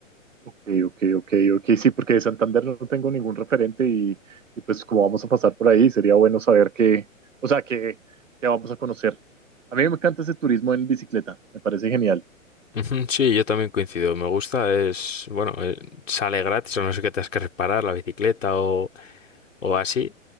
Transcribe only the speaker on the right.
ok, ok, ok, ok, sí, porque de Santander no tengo ningún referente y, y pues como vamos a pasar por ahí, sería bueno saber qué, o sea, qué, qué vamos a conocer. A mí me encanta ese turismo en bicicleta, me parece genial.